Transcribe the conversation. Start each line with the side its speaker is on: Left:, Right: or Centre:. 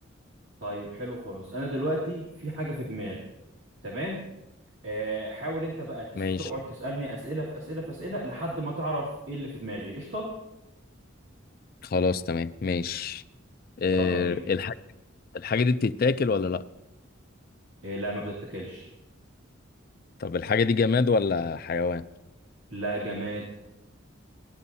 Right: طيب حلو خالص انا دلوقتي في حاجة في دماغي تمام آه حاول انت بقى تس-
Left: ماشي
Right: تقعد تسألني أسئلة في أسئلة في أسئلة لحد ما تعرف ايه اللي في دماغي قشطة
Left: خلاص تمام ماشي إيه
Right: يلا بينا
Left: الحاجه الحاجه دي بتتاكل ولا لا
Right: إيه لا ما بتتاكلش
Left: طب الحاجه دي جماد ولا حيوان
Right: لا جماد